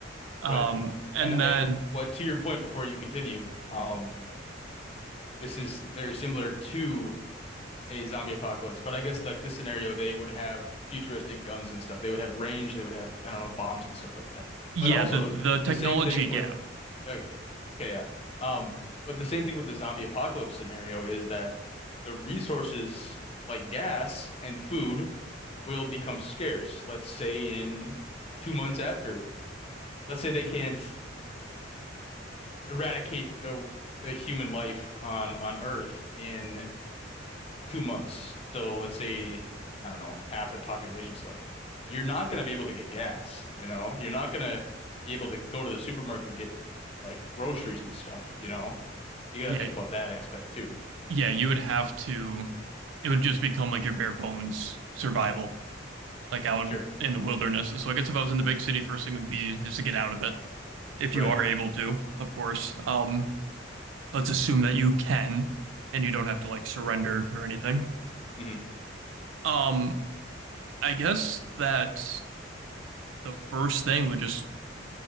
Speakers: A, on the right; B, on the left.
A: Um,
B: right.
A: and
B: And I,
A: then
B: what to your point before you continue, um, this is very similar to a zombie apocalypse. But I guess like this scenario, they would have futuristic guns and stuff. They would have range. They would have, I don't know, bombs and stuff like that.
A: yeah,
B: But also
A: the the technology
B: the same thing
A: gap.
B: with, uh, okay, yeah. Um, but the same thing with the zombie apocalypse scenario is that the resources like gas and food will become scarce. Let's say in two months after, let's say they can't eradicate the the human life on on Earth in two months. So let's say, I don't know, half the population's left. You're not going to be able to get gas, you know? You're not going to be able to go to the supermarket and get like groceries and stuff, you know? You got
A: Yeah,
B: to think about that aspect too.
A: yeah, you would have to. It would just become like your bare bones survival, like out
B: Sure.
A: in, in the wilderness. So I guess if I was in the big city, first thing would be is to get out of it if
B: Right.
A: you are able to, of course. Um, let's assume that you can, and you don't have to like surrender or anything.
B: hmm
A: Um, I guess that the first thing would just